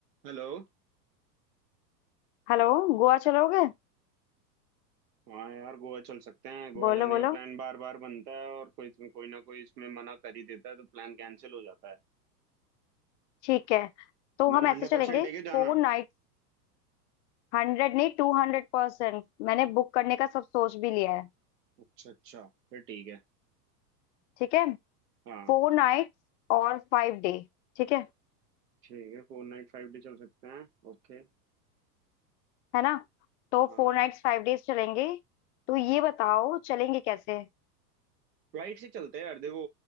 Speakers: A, on the right; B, on the left.
A: Hello
B: हेलो गोवा चलोगे
A: हाँ यार गोवा चल सकते हैं गोवा
B: बोलो
A: जाने
B: बोलो
A: का प्लान बार बार बनता है और कोई कोई ना कोई इसमें मना कर ही देता है तो प्लान कैंसिल हो जाता है
B: ठीक है तो
A: तुम्हारा
B: हम ऐसे
A: हंड्रेड
B: चलेंगे
A: परसेंट है कि जाना
B: फोर नाइट हंड्रेड नहीं टू हंड्रेड परसेंट मैंने बुक करने का सब सोच भी लिया है
A: अच्छा अच्छा फिर ठीक है
B: ठीक है
A: हाँ
B: फोर नाइट्स और फाइव डे ठीक है
A: ठीक है फोर नाइट फाइव डे चल सकते हैं ओके
B: है ना तो
A: हाँ
B: फोर नाइट्स फाइव डेज चलेंगे तो ये बताओ चलेंगे कैसे
A: फ्लाइट से चलते हैं यार देखो